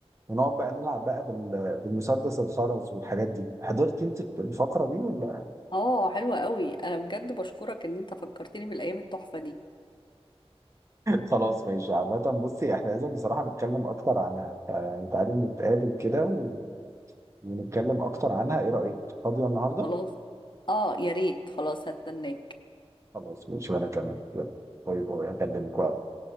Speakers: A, on the right (about 25°); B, on the left (about 45°).
A: ونقعد بقى نلعب بقى بال- بالمسدس الخرز والحاجات دي حضرت انت الفقره دي ولا
B: اه حلوة قوي انا بجد بشكرك ان انت فكرتني بالايام التحفة دي
A: خلاص ماشي عامة بصي احنا لازم بصراحة نتكلم أكتر عنها يعني تعالي نتقابل كده و... ونتكلم أكتر عنها إيه رأيك؟ فاضية النهاردة؟
B: خلاص اه يا ريت خلاص هستناك
A: خلاص ماشي وأنا كمان يلا باي باي هكلمك وقت